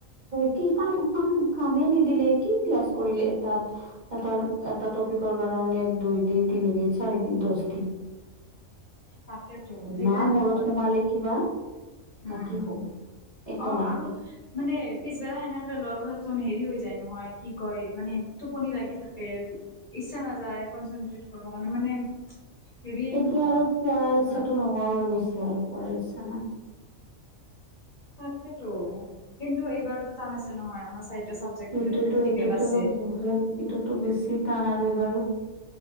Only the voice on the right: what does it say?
কি কাম কাম কামে নিদিলে কি কি ক্লাছ কৰিলে এটা এ এটা টপিকৰ কাৰণে দুই দিন তিনি দিন চাৰি দিন দ টিফ।
না মূৰত সোমালি কিবা
না কি হ'ল একো
নাই
এতিয়া
আৰু পঢ়াৰ
ইচ্ছাটো নোহোৱা হৈ গৈছে আৰু পঢ়াৰ ইচ্ছা নাই
এইটোতো
এইটোতো
আৰু বহুত এইটোতো বেছি টান আৰু এইবাৰো